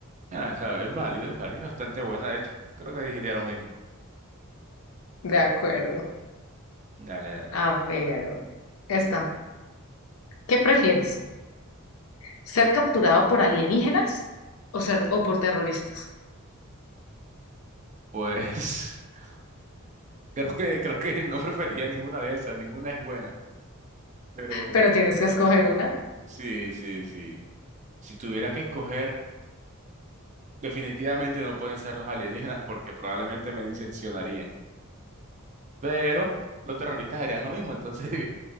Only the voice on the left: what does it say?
De acuerdo.
A ver, esta. ¿Qué prefieres?
¿Ser capturado por alienígenas o ser o por terroristas?
pero tienes que escoger una.